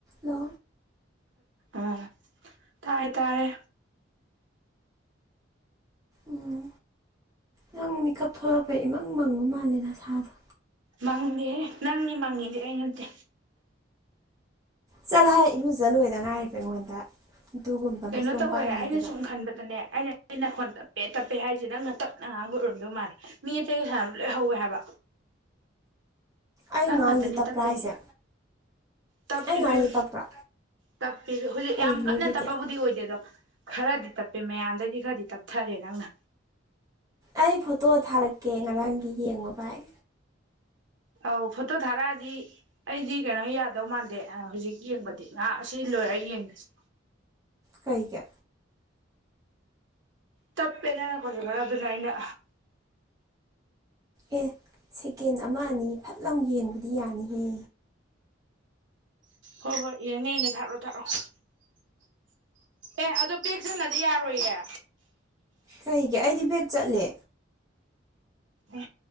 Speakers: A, on the right; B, on the right.
A: ꯅ
B: ꯑ ꯇꯥꯥꯏ ꯇꯥꯔꯦ
A: ꯎꯝ ꯅꯪ ꯃꯤꯀꯞ ꯊꯣꯛꯂꯛꯄ ꯏꯃꯪ ꯃꯪꯕ ꯃꯥꯜꯂꯦ ꯅ ꯁꯥꯗꯣ
B: ꯃꯪꯗꯦꯍꯦ ꯅꯪꯅꯤ ꯃꯪꯉꯤꯗ ꯑꯩꯩꯅ ꯅꯠꯇꯦ
A: ꯆꯠꯂ ꯍꯥꯏ ꯏꯂꯨꯖ ꯂꯣꯏꯗ ꯉꯥꯏꯔꯤꯕ ꯑꯩꯉꯣꯟꯗ ꯑꯗꯨꯒꯨꯝꯕ
B: ꯀꯩꯅꯣ
A: ꯃꯆꯣꯡ
B: ꯇꯧꯋꯦ
A: ꯄꯥꯛ ꯅꯥꯏꯗꯕ
B: ꯑꯩꯅ ꯁꯨꯝ ꯈꯟꯕꯗꯅꯦ ꯑꯩꯅ ꯇꯞꯄꯦꯠ ꯇꯞꯄꯦ ꯍꯥꯏꯁꯦ ꯅꯪꯅ ꯇꯞꯅ ꯑꯉꯥꯡꯕ ꯎꯔꯝꯗꯧ ꯃꯥꯜꯂꯦ ꯃꯤ ꯑꯇꯩꯒ ꯁꯥꯟꯅ ꯂꯣꯏ ꯍꯧꯋꯦ ꯍꯥꯏꯕ
A: ꯑꯩ
B: ꯅꯪ
A: ꯉꯥꯡꯉꯤꯁꯦ
B: ꯉꯥꯛꯇꯅꯦ
A: ꯇꯞꯄ꯭ꯔꯥ
B: ꯇꯞꯄꯤꯁꯦ
A: ꯍꯥꯏꯁꯦ
B: ꯇꯞꯄꯤꯕꯤꯌꯨ
A: ꯑꯩ ꯉꯥꯡꯉꯤꯁꯦ ꯇꯞꯄ꯭ꯔꯥ
B: ꯇꯞꯄꯤꯕꯤꯌꯨ ꯍꯧꯖꯤꯛ
A: ꯀꯔꯤꯒꯤꯅꯣ
B: ꯌꯥꯝ ꯀꯟꯅ
A: ꯑꯗꯨꯗꯤ
B: ꯇꯞꯄꯕꯨꯗꯤ ꯑꯣꯏꯗꯦ ꯑꯗꯣ ꯈꯔꯗꯤ ꯇꯞꯄꯤ ꯦ ꯃꯌꯥꯝꯗꯩꯗꯤ ꯈꯔꯗꯤ ꯇꯞꯊꯔꯦ ꯅꯪꯅ
A: ꯑꯩ ꯐꯣꯇꯣ ꯊꯥꯔꯛꯀꯦ ꯉꯔꯥꯡꯒꯤ ꯌꯦꯡꯕ ꯚꯥꯏ
B: ꯑꯧ ꯐꯣꯇꯣ ꯊꯥꯔꯛꯑꯗꯤ ꯑꯩꯗꯤ ꯀꯩꯅꯣ ꯌꯥꯗꯧ ꯃꯥꯟꯗꯦ ꯍꯧꯖꯤꯛ ꯌꯦꯡꯕꯗꯤ ꯉꯍꯥꯛ ꯑꯁꯤ ꯂꯣꯏꯔꯒ ꯌꯦꯡꯉꯁꯤ
A: ꯀꯩꯒ
B: ꯇꯞꯄꯦꯅ ꯂꯧꯈꯣꯁꯨ ꯈꯔ ꯑꯗꯨꯅ ꯑꯩꯅ
A: ꯑꯦ ꯁꯦꯀꯦꯟ ꯑꯃ ꯑꯅꯤ ꯐꯠꯂꯝ ꯌꯦꯡꯕꯗꯤ ꯌꯥꯅꯤꯍꯦ
B: ꯍꯣꯏ ꯍꯣꯏ ꯏꯅꯦꯅꯦ ꯊꯥꯔꯛꯑꯣ ꯊꯥꯥꯛꯔꯛꯑꯣ ꯑꯦ ꯑꯗꯣ ꯕꯦꯛꯁꯤꯅꯗꯤ ꯌꯥꯔꯣꯏꯌꯦ
A: ꯀꯩꯒꯤꯦ ꯑꯩꯗꯤ ꯕꯦꯦꯛ ꯆꯠꯂꯦ
B: ꯑ